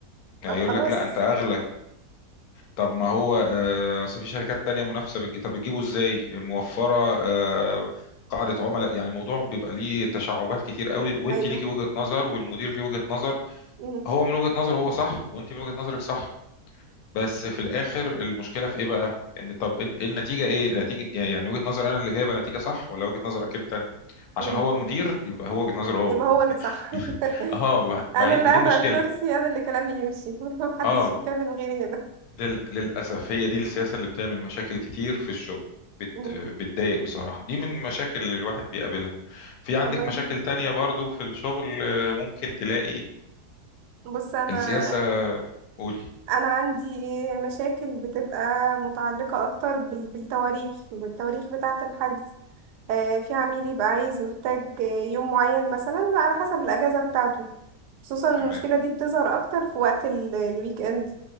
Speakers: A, on the left; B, on the right.
A: هيقول
B: طب خلاص
A: لك لا انت اغلى طب ما هو آه، أصل في شركات تانية منافسة بتجي طب بتجيبه ازاي موفرة آه، قاعدة عملاء يعني الموضوع بيبقى ليه تشعبات كتير قوي وانت
B: ايوه
A: ليكي وجهة نظر والمدير ليه وجهة نظر
B: مم.
A: هو من وجهة نظره هو صح وانت من وجهة نظرك صح بس في الاخر المشكلة في ايه بقى ان طب ال- النتيجة ايه نتيجة إيه؟ يعني وجهة نظر انا اللي جايبة نتيجة صح ولا وجهة نظرك انت عشان
B: مم.
A: هو المدير يبقى هو وجهة نظره هو
B: يبقى هو اللي صح
A: <laughs>
B: <laughs>
A: اه
B: انا
A: بعيد
B: اللي
A: دي
B: قاعده
A: المشكلة
B: على الكرسي انا اللي كلامي يمشي <laughs> محدش
A: اه
B: يتكلم غيري هنا
A: لل... للأسف هي دي السياسة اللي بتعمل مشاكل كتير في الشغل بت...
B: مم.
A: بتضايق بصراحة دي من المشاكل اللي الواحد بيقابلها في عندك
B: والله
A: مشاكل تانية برضو في الشغل آه، ممكن تلاقي
B: بص انا
A: السياسة قولي
B: انا عندي مشاكل بتبقى متعلقه اكتر بال- بالتواريخ بالتواريخ بتاعه الحجز آه، في عميل يبقى عايز محتاج آه، يوم معين مثلا على حسب الاجازه بتاعته خصوصا المشكله
A: تمام
B: دي بتظهر اكتر في وقت ال- الويك اند